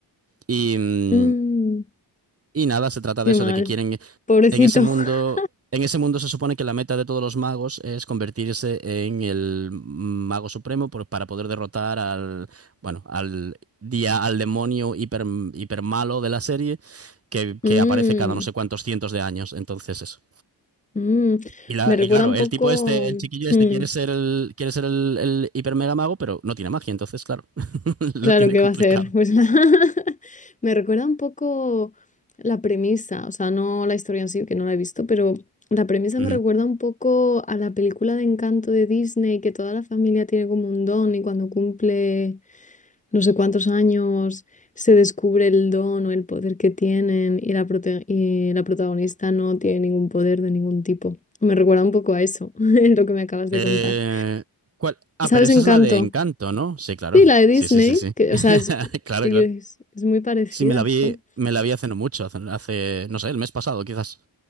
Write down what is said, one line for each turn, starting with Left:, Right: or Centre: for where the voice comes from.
Right: Y, mm,
Left: Mm,
Right: y nada, se trata
Left: qué
Right: de eso,
Left: mal.
Right: de que quieren,
Left: Pobrecito.
Right: en ese mundo,
Left: <laughs>
Right: en ese mundo se supone que la meta de todos los magos es convertirse en el mago supremo por- para poder derrotar al, bueno, al día, al demonio hiper, hiper malo de la serie que,
Left: Mm,
Right: que aparece cada no sé cuántos cientos de años. Entonces eso.
Left: mm.
Right: Y, la-
Left: Me recuerda
Right: y claro,
Left: un
Right: el
Left: poco.
Right: tipo este, el chiquillo
Left: mm,
Right: este quiere ser el, quiere ser el, el hiper mega mago, pero no tiene magia, entonces, claro, <laughs> lo
Left: claro
Right: tiene
Left: qué
Right: complicado.
Left: va a ser. Pues, <laughs> me recuerda un poco la premisa. O sea, no la historia en sí, que no la he visto, pero la premisa
Right: Ujú.
Left: me recuerda un poco a la película de Encanto de Disney, que toda la familia tiene como un don y cuando cumple. no sé cuántos años se descubre el don o el poder que tienen y la, prote- y la protagonista no tiene ningún poder de ningún tipo. Me recuerda un poco a eso, <laughs> lo que me acabas
Right: Eh,
Left: de contar.
Right: ¿cuál? Ah,
Left: ¿Sabes
Right: pero esa
Left: Encanto?
Right: es la de Encanto, ¿no? Sí, claro.
Left: Sí, la de Disney,
Right: Sí, sí, sí, sí.
Left: que,
Right: <laughs>
Left: o sea, es,
Right: Claro,
Left: te
Right: claro.
Left: quiero decir, es, es muy parecida,
Right: Sí, me la vi,
Left: jo.
Right: me la vi hace no mucho, hace, hace, no sé, el mes pasado, quizás.